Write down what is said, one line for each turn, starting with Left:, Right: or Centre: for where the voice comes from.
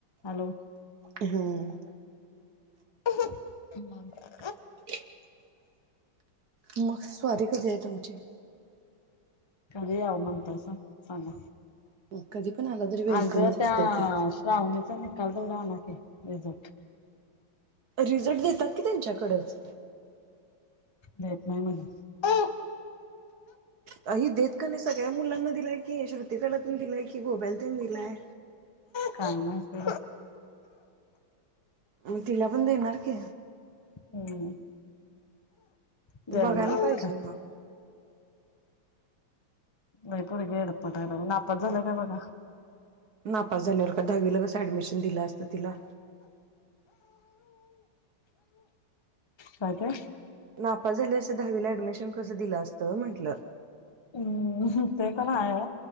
Left: Hello
Right: हम्म
Left: ह
Right: ते मग स्वारी कधी आहे तुमची
Left: कर याव म्हणत असं सांग
Right: कधी पण आला तरी वेलकमच
Left: अगं त्या
Right: असतय की.
Left: श्रावणीच नाही कल तोड आण क रजट
Right: रिझ्ट देतात की त्यांच्याकडच
Left: देत नाही म्हणा
Right: हही देत का नाही सगळ्या मुलांना दिलाय की श्रुती कालातून दिलाय की कि गोबल तन दिलाय
Left: काय माहिती
Right: म तिला पण देणार की
Left: हम्म जय
Right: बघायला
Left: नाट
Right: पाहिजे
Left: का
Right: मग.
Left: नाही परगे हडपट नापात झालं काय बघा
Right: ना पास झाल्यावर का दहावीला कस ऍडमिशन दिलं असत तिला
Left: काता
Right: नाफ झाली असं दहावीला ऍडमिशन कसं दिलं असतं म्हंटलं
Left: हम्म ते पण आहे.